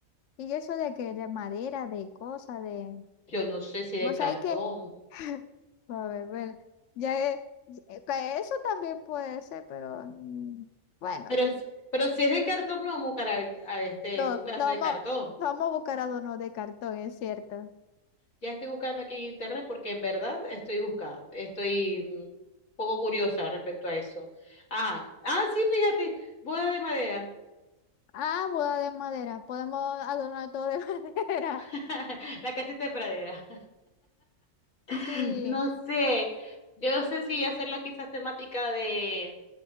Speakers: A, on the left; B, on the left.
A: Y eso de que de madera, de cosas, de...
B: Yo no sé si
A: Vos
B: de cartón,
A: sabés que... <clears throat> <laughs> A ver, bueno, ya... eh, eh, que Eso también puede ser, pero... mm, Bueno.
B: pero, s- pero si es de cartón, vamos a buscar a, a este,
A: No,
B: un pedazo
A: no
B: de
A: vamos,
B: cartón.
A: no vamos a buscar adornos de cartón, es cierto.
B: Ya estoy buscando aquí en internet porque en verdad estoy buscando, estoy mm, un poco curiosa respecto a eso. Ah, ah, sí, fíjate, boda de madera,
A: Ah, boda de madera. Podemos adornar todo de <laughs> madera.
B: <laughs> la casita de pradera.
A: Sí.
B: <laughs> No sé, yo no sé si hacerla quizás temática de